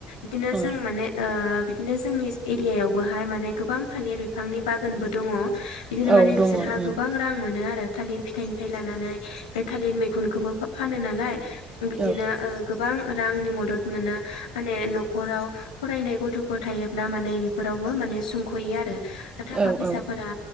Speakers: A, on the left (about 80°); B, on the right (about 25°).
A: बिदिनो
B: ओम
A: जों माने ओ बिदिनो जोंनि एरियायावबोहाय माने गोबां थालिर बिफांनि बागानबो दङ। बिदिनो
B: औ
A: माने
B: दङ
A: बिसोरहा
B: ओम
A: गोबां रां मोनो आरो। थालिर फिथाइनिफ्राय लानानै बे थालिर मैखुनखौबो फानो नालाय। बिदिनो
B: औ
A: ओ गोबां रांनि मदद मोनो माने न'खराव फरायनाय गथ'फोर थायोब्ला माने बेफोरावबो माने सुंख'यो आरो। थाखा
B: औ
A: फैसाफोरा
B: औ